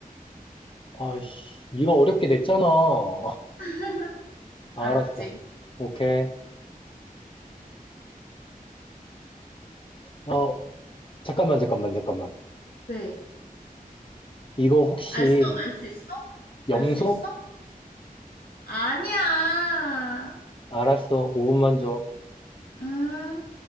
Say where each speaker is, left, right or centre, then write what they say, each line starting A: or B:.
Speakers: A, on the left; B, on the left.
A: 아이씨, 네가 어렵게 냈잖아. <laughs>
B: <laughs>
A: 아,
B: 알았지?
A: 알았어. 오케이. 어, 잠깐만, 잠깐만, 잠깐만.
B: 왜?
A: 이거 혹시
B: 알 수, 알 수 있어?
A: 염소?
B: 알 수 있어? 아니야.
A: 알았어. 5분만 줘.
B: 음.